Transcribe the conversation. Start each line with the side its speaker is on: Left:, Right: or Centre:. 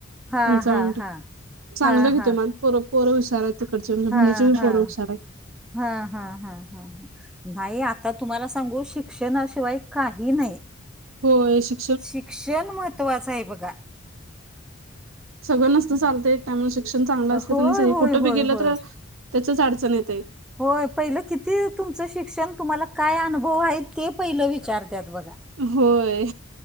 Centre: हा
Right: पंचावन्न
Centre: हा हा हा
Right: चांगलं
Centre: हा
Right: घेतोय.
Centre: हा
Right: मार्क पोर पोर हुशार हाईत तिकडची म्हणजे बहीणीची
Centre: हा
Right: पण
Centre: हा
Right: पोरं हुशार हाईत.
Centre: हा हा हा हा. न्हाई, आता तुम्हाला सांगू शिक्षणाशिवाय काही नाही.
Right: होय. शी
Centre: शिक्षण म्हत्त्वाचं हाय बघा.
Right: सगळं नसत चालतय त्यामुळ शिक्षण चांगलं असलं
Centre: होय
Right: कनी, सगळी
Centre: होय
Right: कुठं बी
Centre: होय
Right: गेलं
Centre: होय
Right: तर त्याच्याच अडचण येतय.
Centre: होय पहिलं किती तुमचं शिक्षण, तुम्हाला काय अनुभव हाय. ते पहिलं विचारत्यात बघा.
Right: होय.